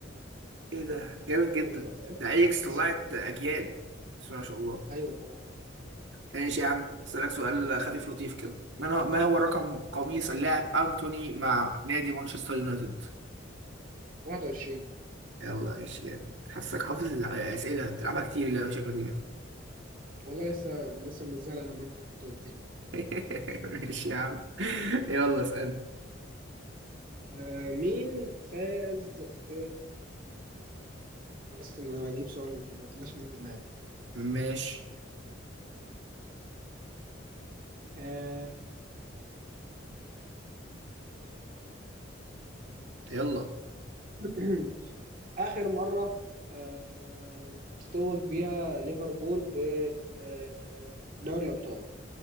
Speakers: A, on the right; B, on the right.
A: ايه ده جامد جدا
B: يلا اسأل
A: ده ايكس طلعت
B: اسأل اسأل.
A: اجيال بسم الله ما شاء الله
B: أيوه طبعا
A: ماشي يا عم اسالك سؤال خفيف لطيف كده ما هو ما هو رقم قميص اللاعب انتوني مع نادي مانشستر يونايتد
B: 21
A: يلا ماشي جامد حاسك حافظ الاسئله بتلعبها كتير لا شكلك كده
B: والله لسه لسه منزلها لما أنت كنت قلت لي
A: <laughs> ماشي يا عم يلا اسالني
B: آه مين فاز ب بس ما أجيب سؤال ما طلعش من دماغي
A: ماشي
B: آه
A: يلا
B: <clears throat> آخر مرة آه تتوج بيها ليفربول ب آه دوري الأبطال